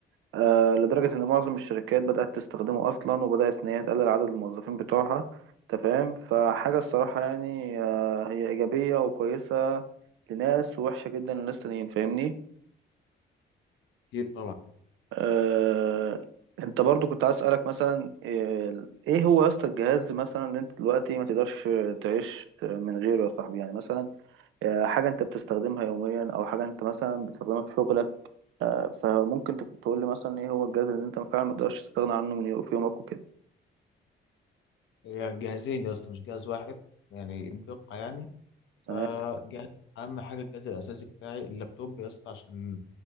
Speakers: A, on the right (about 80°); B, on the left (about 75°).
A: آه لدرجة إن معظم الشركات بدأت تستخدمه أصلا وبدأت إن هي تقلل عدد الموظفين بتوعها تمام فحاجة الصراحة يعني آه هي إيجابية وكويسة لناس ووحشة جدا لناس تانيين فاهمني
B: اكيد طبعا
A: آه، انت برضو كنت عايز اسالك مثلا آه، ايه هو يا اسطى الجهاز مثلا اللي انت دلوقتي ما تقدرش تعيش من غيره يا صاحبي يعني مثلا آه، حاجه انت بتستخدمها يوميا او حاجه انت مثلا بتستخدمها في شغلك آه، فممكن تك- تقول لي مثلا ايه هو الجهاز اللي انت فعلا ما تقدرش تستغنى عنه من يو- في يومك وكده
B: هي جهازين يا اسطى مش جهاز واحد يعني بدقة يعني
A: تمام
B: فجهاز أهم حاجة الجهاز الأساسي بتاعي اللابتوب يا اسطى عشان